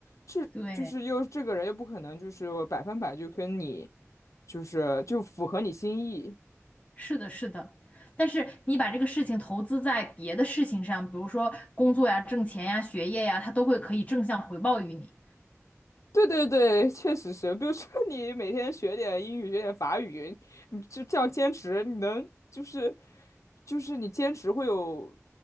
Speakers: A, on the left; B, on the left.
A: 这就是又这个人又不可能就是百分百就跟你，
B: 对，
A: 就是就符合你心意。
B: 是的，是的。但是你把这个事情投资在别的事情上，比如说工作呀、挣钱呀、学业呀，它都会可以正向回报于你。
A: 对对对，确实是，比如说你每天学点英语，学点法语，你就这样坚持，你能就是就是你坚持会有